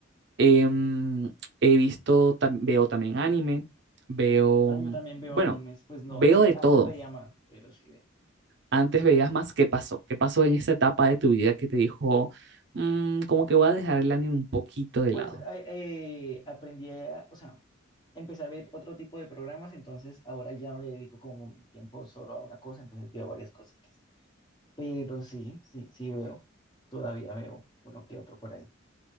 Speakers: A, on the right (about 60°); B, on the left (about 20°).
A: Em, he visto, tam- veo también anime, veo,
B: Ah,
A: mm,
B: yo también
A: bueno,
B: veo animes, pues no
A: veo
B: así,
A: de todo.
B: antes veía más, pero sí. ve-
A: Antes veías más qué pasó, qué pasó en esa etapa de tu vida que te dijo, "Mm, como que voy a dejar el anime un poquito de
B: Pues
A: lado.
B: eh, eh, aprendí, a- o sea, empecé a ver otro tipo de programas, entonces ahora ya no le dedico como mi tiempo solo a una cosa, entonces veo varias cositas. Pero sí, sí, sí veo, todavía veo uno que otro por ahí.